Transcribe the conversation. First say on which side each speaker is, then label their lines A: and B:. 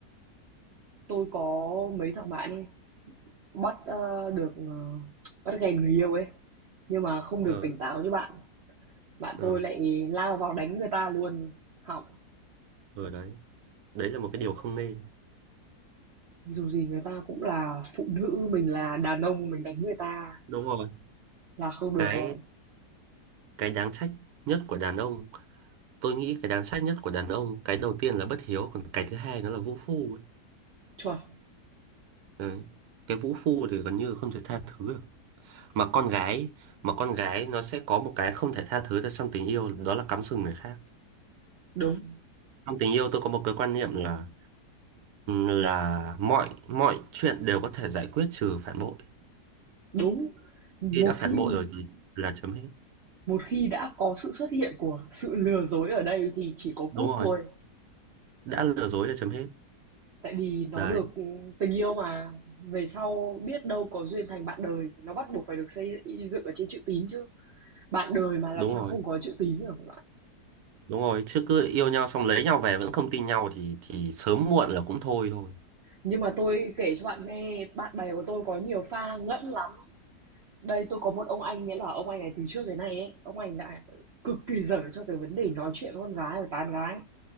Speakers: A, on the right (about 55°); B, on the right (about 70°).
A: Tôi có mấy thằng bạn ấy bắt ờ, được ờ, bắt ghen người yêu ấy Nhưng mà không được
B: ờ
A: tỉnh táo như bạn, bạn
B: ờ
A: tôi lại lao vào đánh người ta luôn, hỏng.
B: ờ đấy đấy là một cái điều không nên
A: Dù gì người ta cũng là phụ nữ, mình là đàn ông mình đánh người ta
B: đúng rồi
A: là không
B: cái
A: được rồi.
B: cái đáng trách nhất của đàn ông tôi nghĩ cái đáng trách nhất của đàn ông cái đầu tiên là bất hiếu còn cái thứ hai nó là vũ phu ấy.
A: Chuẩn,
B: Đấy. cái vũ phu thì gần như không thể tha thứ được mà con gái mà con gái nó sẽ có một cái không thể tha thứ được trong tình yêu đó là cắm sừng người khác
A: đúng,
B: trong tình yêu tôi có một cái quan niệm là là mọi mọi chuyện đều có thể giải quyết trừ phản bội
A: đúng. Một
B: khi đã phản
A: khi
B: bội rồi thì là chấm hết
A: một khi đã có sự xuất hiện của sự lừa dối ở đây thì chỉ có cút
B: đúng rồi
A: thôi.
B: đã lừa dối là chấm hết
A: Tại vì nó
B: đấy
A: được tình yêu mà, về sau biết đâu có duyên thành bạn đời, nó bắt buộc phải được xây dựng ở trên chữ tín chứ. Bạn đời mà làm
B: đúng
A: sao
B: rồi
A: không có chữ tín được hả bạn?
B: Đúng rồi, chứ cứ yêu nhau xong lấy nhau về vẫn không tin nhau thì thì sớm muộn là cũng thôi thôi.
A: Nhưng mà tôi kể cho bạn nghe, bạn bè của tôi có nhiều pha ngẫn lắm. Đây tôi có một ông anh nghĩa là ông anh này từ trước đến nay ấy, ông anh đã cực kỳ dở cho cái vấn đề nói chuyện với con gái và tán gái.